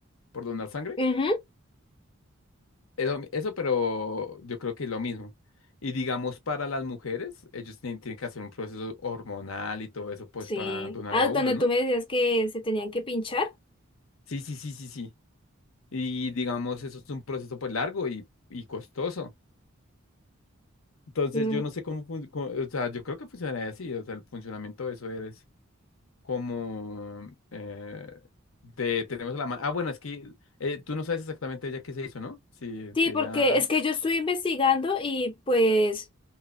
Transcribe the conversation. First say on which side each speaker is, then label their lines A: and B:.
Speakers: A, on the left (about 80°); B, on the left (about 25°).
A: por donar sangre.
B: ujú,
A: Eso, eso, pero yo creo que es lo mismo. Y digamos, para las mujeres, ellos tienen, tienen que hacer un proceso hormonal y todo eso, pues,
B: sí.
A: para donar
B: Ah,
A: óvulos,
B: donde
A: ¿no?
B: tú me decías que se tenían que pinchar.
A: Sí, sí, sí, sí, sí. Y digamos, eso es un proceso, pues, largo y, y costoso. Entonces,
B: Mm,
A: yo no sé cómo, fun- cómo- o sea, yo creo que funcionaría así, o sea, el funcionamiento de eso es como, eh, de, tenemos la mano, ah, bueno, es que eh, tú no sabes exactamente ella qué se hizo, ¿no? Si,
B: Sí,
A: si
B: porque
A: ella,
B: es que yo estoy investigando y pues